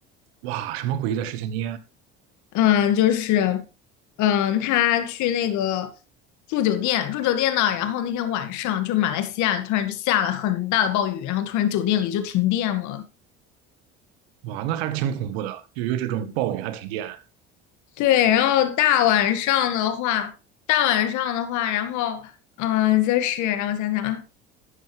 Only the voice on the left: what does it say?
嗯，就是，嗯，他去那个住酒店，住酒店呢，然后那天晚上就是马来西亚突然就下了很大的暴雨，然后突然酒店里就停电了。
对，然后大晚上的话，大晚上的话，然后，嗯、就是让我想想啊，